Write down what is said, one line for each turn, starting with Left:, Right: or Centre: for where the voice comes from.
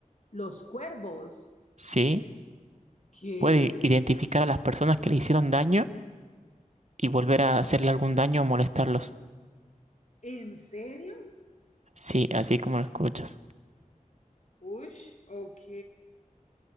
Left: Los cuervos.
Right: sí,
Left: ¿Qué?
Right: Puede identificar a las personas que le hicieron daño y volver a hacerle algún daño o molestarlos.
Left: ¿En serio?
Right: Sí, así como lo escuchas.
Left: Ush, ok.